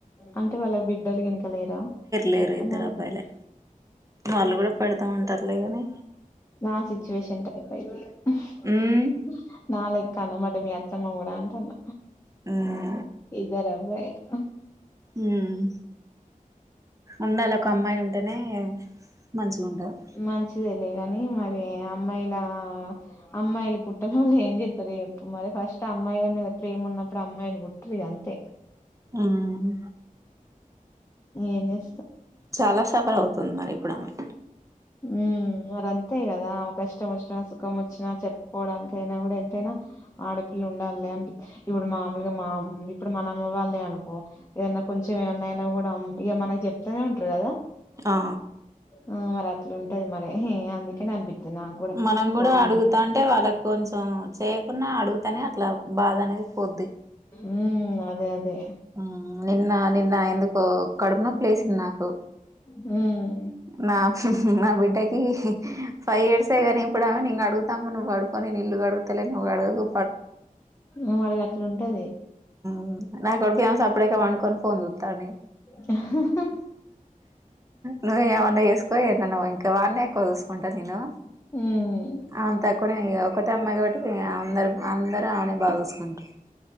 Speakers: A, on the left; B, on the right.
A: అంటే వాళ్ళకి బిడ్డలు గినకలేరా మీ
B: లేరు
A: అత్తమ్మ
B: ఇద్దరు అబ్బాయిలే వాళ్ళు కూడా పెడతామంటారులే గానీ
A: నా సిచువేషన్ టైప్ అయితే ఇగ
B: ఉమ్
A: నా లెక్క అన్న మట మి అత్తమ్మ కూడా అంటాన్న
B: ఆ
A: ఇదారాబ్బాయిలు
B: మ్ ఉండాల ఒక అమ్మాయి ఉంటేనే మంచిగ ఉంటది.
A: మంచిదేలే కాని మరి అమ్మాయిలా అమ్మాయిలు పుట్టన వాళ్ ఏం చెత్తారు చెప్పు మరి ఫస్ట్ అమ్మాయిల మీద ప్రేమ ఉన్న అప్పుడు అమ్మాయిల్ పుట్టర్ ఇగ అంతే.
B: ఉమ్
A: ఏం చేస్
B: చాల సఫర్ అవుతుంది మరి ఇప్పుడు ఆమె.
A: మ్ మరి అంతే కదా! ఆమె కష్టం వచ్చినా, సుఖం వచ్చినా చెప్ కోవడానికయినా కూడా ఎంతైనా ఆడపిల్ల ఉండాలి. లేంటి ఇప్పుడు మామూలుగా మా ఇప్పుడు మన అమ్మవాళ్ళే అనుకో, ఏదన్నా కొంచెం ఏమన్నయినా కూడా, మ్ ఇక మనకి చెప్తానే ఉంటారు కదా!
B: ఆ ఆ
A: మ్ మరి అట్లుంటది మరి. అందుకనే అనిపిత్తది నాకు కూడా
B: మనం కూడ
A: వామ్మో
B: అడుగుతాంటే వాళ్ళకి కొంచెం చేయకున్న అడుగ్ తనే అట్ల బాదనేది పోద్ది.
A: ఉమ్ అదే అదే
B: ఆ నిన్న నిన్న ఎందుకో కడుపునొప్పి లేసింది నాకు.
A: మ్
B: నా నా బిడ్డకి ఫైవ్ ఇయర్స్ సేగానీ ఇప్పుడ్ ఆమె నేన్ కడుగుతానులే నువ్వు పడుకో నేను ఇల్లు కడుగుతాలే నువ్వు కడగపో
A: మావోడు గట్లు ఉంటది
B: మ్ నా కొడుకు ఏమో సప్పుడైతే పండుకొని ఫోన్ చూత్తాండే
A: ఆ
B: నువ్ ఏమన్న చేసుకో ఎటునన్న పో ఇంకా వాడినే ఎక్కువ చూసుకుంటా నేను.
A: మ్
B: అవును తక్కువనే ఇగ ఒక్కతే అమ్మాయి కాబట్టి అందరు, అందరుూ ఆమెని బాగా చూసుకుంటరు.